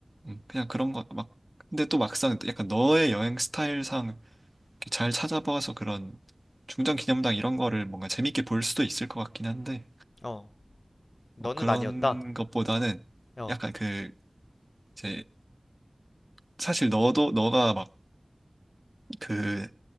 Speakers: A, on the right; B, on the left.
A: 음, 그냥 그런 거 막 근데 또 막상 약간 너의 여행 스타일상 잘 찾아봐서 그런 중장 기념당 이런 거를 뭔가 재밌게 볼 수도 있을 것 같긴 한데
B: 어. 너는
A: 뭐 그런
B: 아니었다?
A: 것보다는
B: 어.
A: 약간 그 이제 사실 너도 너가 막 그